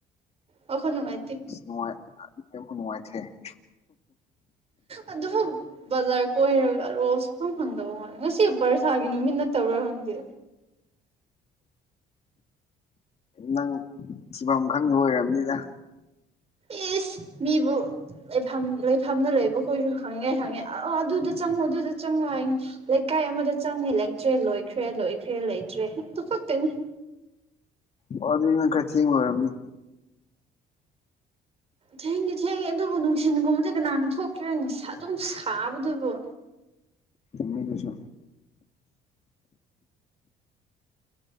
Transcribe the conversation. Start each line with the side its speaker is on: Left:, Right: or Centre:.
Right: ꯋꯥꯈꯅ ꯃꯥꯥꯏ <unintelligible>
Left: ꯅꯣꯏ ꯑꯁꯦꯡꯕ ꯅꯨꯡꯉꯥꯏꯇꯔꯦ ꯫
Right: ꯑꯗꯨꯃꯛ ꯕꯖꯥꯔ ꯀꯣꯏꯔꯒꯔꯣ꯫ ꯍꯪ ꯍꯪꯗꯕ ꯃꯥꯅ‌ꯦ ꯉꯁꯤ ꯄꯔ ꯁꯥꯒꯤ ꯅꯨꯃꯤꯠ ꯅꯠꯇꯕ꯭ꯔ ꯍꯪꯗꯦ꯫
Left: ꯅꯪ ꯐꯤꯕꯝ ꯈꯪꯗ ꯑꯣꯏꯔꯝꯅꯤꯗ꯫
Right: ꯏꯁ ꯃꯤꯕꯨ ꯂꯩꯐꯝ ꯂꯩꯐꯝꯗ ꯂꯩꯕꯈꯣꯏꯁꯨ ꯍꯪꯉꯦ ꯍꯪꯉꯦ ꯑꯥ ꯑꯗꯨꯗ ꯆꯪꯉꯨ ꯑꯗꯨꯗ ꯆꯪꯉꯨ ꯍꯥꯏꯅꯤ꯫ ꯂꯩꯀꯥꯏ ꯑꯃꯗ ꯆꯪꯉꯦ ꯂꯩꯇ꯭ꯔꯦ ꯂꯣꯏꯈ꯭ꯔꯦ ꯂꯣꯏꯈ꯭ꯔꯦ ꯂꯩꯇ꯭ꯔꯦ ꯇꯨꯈꯛꯇꯅꯤ꯫
Left: ꯑꯣ ꯑꯗꯨꯗꯤ ꯅꯪ ꯈꯔ ꯊꯦꯡ ꯑꫭꯏꯔꯝꯅꯤ꯫
Right: ꯊꯦꯡꯗꯤ ꯊꯦꯡꯉ‌ꯦ ꯑꯗꯨꯕꯨ ꯅꯨꯡꯁꯤꯒꯨꯝꯕꯨꯗꯤ ꯀꯅꯥꯅ ꯊꯣꯛꯇ꯭ꯔꯅꯤ ꯑꯗꯨꯝ ꯁꯥꯕꯗꯨꯕꯨ꯫
Left: ꯆꯨꯝꯃꯤ ꯑꯗꯨꯁꯨ꯫